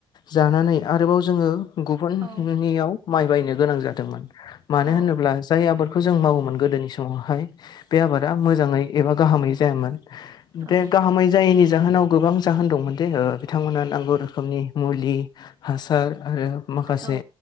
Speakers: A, on the left; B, on the right.
A: जानानै आरोबाव जोङो। गुबुननियाव
B: औ नंगौ औ
A: माइ बायनो गोनां जादोंमोन। मानो
B: औ
A: होनोब्ला जाय आबादखौ जों मावोमोन गोदोनि समावहाय बे आबादा मोजाङै एबा गाहामै जायामोन।
B: औ
A: बे गाहामै जायैनि जाहोनाव गोबां जाहोन दंमोन दे बिथांमोनहा नांगौ रोखोमनि मुलि हासार आरो माखासे
B: औ